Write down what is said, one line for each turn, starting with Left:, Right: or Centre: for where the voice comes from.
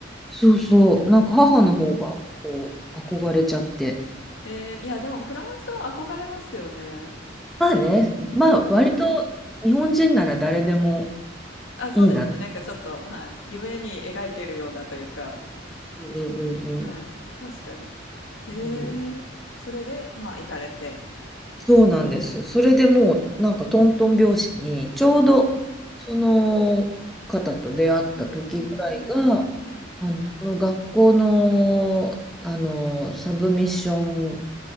Centre: そうそう、なんか母の方がこう憧れちゃって。
Left: えーいや、でもフランスは憧れますよね。
Centre: まあね、
Left: うん。
Centre: まあ割と日本人なら誰でも
Left: あ、そうですね。
Centre: いいなって。
Left: なんかちょっと、はい。夢に描いてるようなというか、
Centre: うんうんうんうん
Left: はい。確かに。へえ。
Centre: うん
Left: それで、まあ、行かれて。
Centre: そうなんです。それでもうなんかトントン拍子にちょうどその方と出会った時ぐらいがあの、
Left: はい。うんうんうん。はい。
Centre: その学校の、あのサブミッション